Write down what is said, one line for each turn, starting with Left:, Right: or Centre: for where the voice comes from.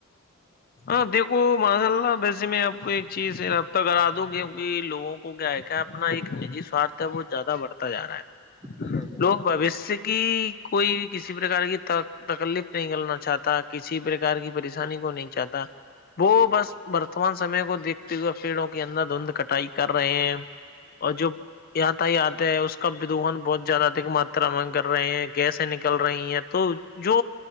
Left: ہاں دیکھو ماشاء اللہ ویسے میں آپ کو ایک چیز رابطہ کرا دوں گی لوگوں کو کیا ہے کیا اپنا ایک نجی سوارتھ ہے بہت زیادہ بڑھتا جا رہا ہے
Right: جی بھائی جان
Left: لوگ
Right: بکل
Left: بوشیہ کی کوئی بھی کسی پرکار کی تکلیف نہیں کرلنا چاہتا کسی پرکار کی پریشانی کو نہیں چاہتا
Right: جی
Left: وہ بس
Right: بھائی
Left: بر وورتمان سمے کو دیکھتے ہوئے پیڑوں کے اندر دھند کٹائی کر رہے ہیں اور جو ت ہی آتے ہیں اس کادوہن بہت زیادہ ادک ماترا مگ کر رہے ہیں گیس نکل رہی ہیں تو جو